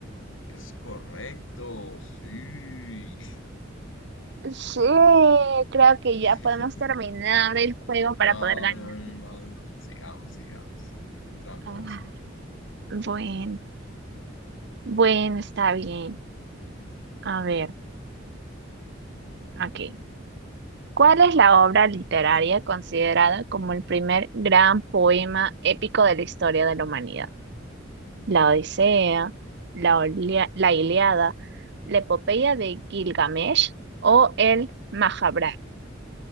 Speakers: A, on the left (about 80°); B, on the right (about 60°).
A: Es correcto, sí.
B: Sí, creo que ya
A: <laughs>
B: podemos terminar el juego
A: No,
B: para poder ganar.
A: no, no, no, no, sigamos, sigamos. Tramposo.
B: Ah, bueno, bueno, está bien. A ver, ok. ¿Cuál es la obra literaria considerada como el primer gran poema épico de la historia de la humanidad? La Odisea, la, Olia- la Ilíada, la Epopeya de Gilgamesh o el Mahabharata.